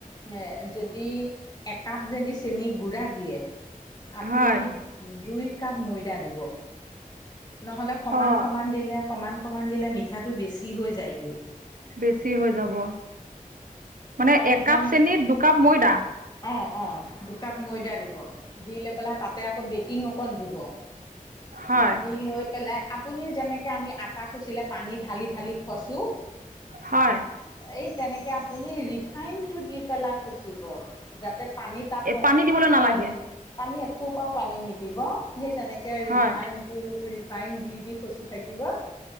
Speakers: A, on the left (about 30°); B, on the right (about 75°).
A: এ যদি একাপ যদি চেনী গুড়া দিয়ে, আপুনি
B: হয়
A: দুই কাপ ময়দা দিব, নহ'লে সমান-সমান
B: অঁ
A: দিলে সমান সমান দিলে মিঠাটো বেছি হৈ যায়গৈ।
B: বেছি হৈ যাব, মানে
A: সেইকাৰণে
B: একাপ চেনিত দুকাপ ময়দা?
A: অ', অ', দুকাপ ময়দা দিব। দি লৈ পেলাই তাতে আকৌ বেকিং অকণ দিব,
B: হয়
A: দি লৈ পেলাই, আপুনি যেনেকে আমি আটা খচিলে পানী ঢালি ঢালি খচো
B: হয়।
A: এই তেনেকে আপুনি ৰি ৰিফাইন টো দি পেলাই খচিব, যাতে পানী তাত অকণো
B: পানী দিবলৈ নালাগে
A: এ পানী এটোপাও পানী নিদিব, সেই তেনেকে
B: হয়
A: ৰিফাইন ৰিফাইন দি দি খচি থাকিব